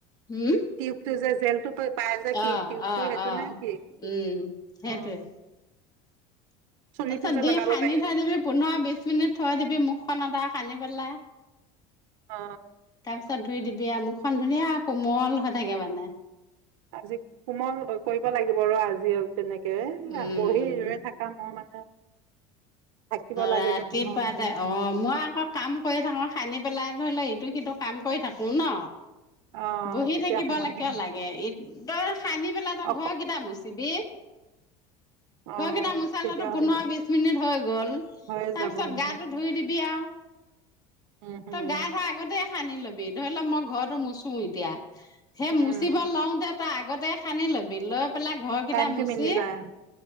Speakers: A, on the left; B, on the right.
A: হম
B: টিউবটো যে জেলটো পাই যে কি
A: অঁ
B: টিউবটো
A: অ'
B: সেইটো
A: অ'
B: নে কি
A: উম সেইটোৱে।
B: অ', চুলিটো
A: তাৰপিছত
B: যে
A: দি
B: লগাব
A: সানি
B: পাৰি
A: থৈ দিবি পোন্ধৰ বিছ মিনিট থৈ দিবি মুখখনত আ সানি পেলাই
B: অ
A: তাৰপিছত ধুই দিব তেতিয়া মুখখন ধুনীয়া কোমল হৈ থাকে মানে।
B: আজি কোমল কৰিব লাগিব ৰ আজি তেনেকে
A: উম
B: বহি ৰৈ থাকা মই মানে থাকিব লাগে
A: ৰাতিপুৱাতে
B: যে পোন্ধৰ মিনিট
A: অঁ মই আকৌ কাম কৰি থাকো সানি পেলাই মই ন ইটো সিটো কাম কৰি থাকো ন।
B: অ
A: বহি
B: তেতিয়া
A: থাকিবলৈ
B: সময়খিনি
A: কিয় লাগে এই তই সানি পেলাই তই
B: অ
A: ঘৰ কেইটা মুচিবি
B: অ
A: ঘৰকেইটা মোচালেটো
B: তেতিয়া
A: পোন্ধৰ
B: হৈ
A: বিশ মিনিট হৈ গল তাৰপিছত
B: হৈয়ে যাব উম
A: গাটো ধুই দিবি আৰু
B: উম হম
A: তই গা ধোৱা আগতে সানি ল'বি ধৰি ল মই ঘৰতো মুচু মুচু এতিয়া সেই
B: উম
A: মুচিব লওতে তই আগ আগতে সানি ল'বি লৈ পেলাই ঘৰ কেইটা
B: টাইমটো
A: মুচি
B: মিলি যায়